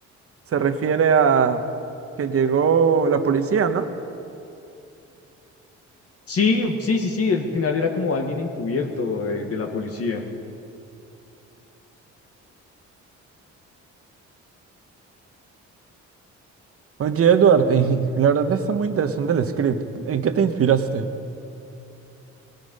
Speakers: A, on the right (about 50°); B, on the left (about 50°).
A: Se refiere a que llegó la policía, ¿no?
B: Sí, sí, sí, sí, el final era como alguien encubierto de, de la policía.
A: Oye, Edward, y <laughs> la verdad está muy interesante el script. ¿En qué te inspiraste?